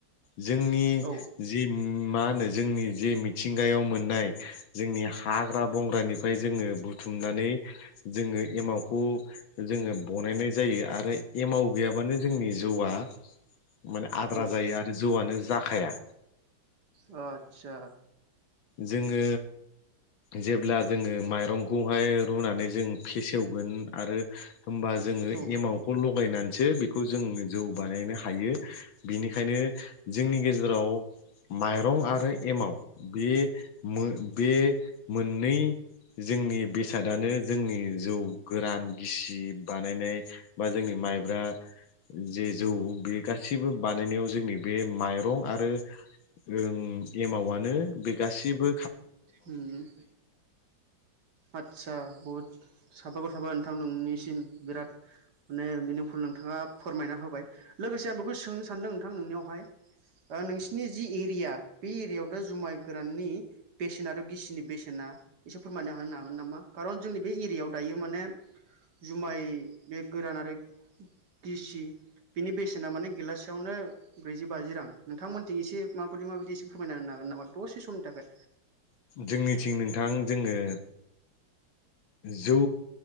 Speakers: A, on the left; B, on the right.
A: जोंनि
B: औ
A: जि मा होनो जोंनि जे मिथिंगायाव मोननाय जोंनि हाग्रा बंग्रानिफ्राय जोंङो बुथुम मनानै जोंङो एमावखौ जोंङो बनायनाय जायो आरो एमाव गैयाबानो जो जोंनि जौआ माने आद्रा
B: औ
A: जायो आरो जौआनो जाखाया
B: ओ ओदसा
A: जोंङो जेब्ला जोंङो माइरंखौहाय रुनानै जों फेसेवगोन आरो होमबा जोंङो
B: औ
A: एमावखौ लगायनानसो बेखौ जों जौ बानायनो हायो बिनिखायनो जोंनि गेजेराव माइरं आरो एमाव बे मो-बे मोननै जोंनि बेसादानो जोंनि जौ गोरान, गिसि बानायनाय बा जोंनि माइब्रा जे जौ बे गासिबो बानायनायाव जोंनि बे माइरं आरो ओं एमावनो बे गासिबो
B: उम आतसा बहुत साबायखर थाबाय नोंथां नोंनिसिम बिराद माने मिनिंफुल नोंथांङा फोरमायना होबाय। लोगोसे आं बेखौ सोंनो सानदों नोंथां नोंनियावहाय ओ नोंसिनि जि इरिया बे इरियायाव दा जुमाय गोराननि बेसेना आरो गिसिनि बेसेना एसे फोरमायना होनो हागोन नामा? खारन जोंनि बे एरियायाव दायो माने जुमाय बे गोरान आरो गिसि बिनि बेसेना माने गेलासेयावनो ब्रैजि बाजि रां। नोंथांमोनथिं एसे माबायदि माबायदि एसे फोरमायना होनो हा गोन नामा दसे समनि थाखाय?
A: जोंनिथिं नोंथां जोंङो जौ